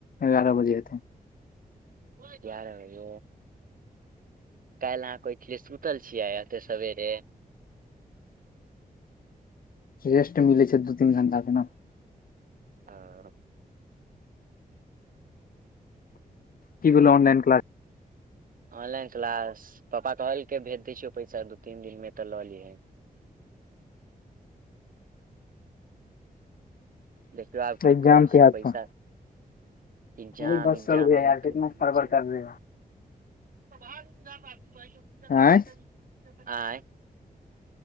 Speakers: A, on the left (about 70°); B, on the right (about 65°).
A: एगारह बजे हतै।
B: एगार बजे काईल्ह अहाँ कह सुतल छियै एते सवेरे
A: रेस्ट मिलै छै, दू तीन घं्टा के नऽ।
B: आ
A: कि भेलो ऑनलाइन किलास
B: ऑनलाइन क्लास पपापा कहलकै भेज दै छियौ पैसा दू तीन दिनमे तऽ, लऽ लिहँ देखियौ आब की
A: एग्जाम
B: करै छै,
A: कहिया
B: पैसा
A: छौ
B: एग्जाम
A: अरे बस
B: - ए्जाम
A: चल भैया
B: आब
A: यार
B: अखन
A: कितना
B: ब
A: फरवर
B: छै।
A: कर रहे हो
B: <unintelligible>
A: आँय
B: अँ ई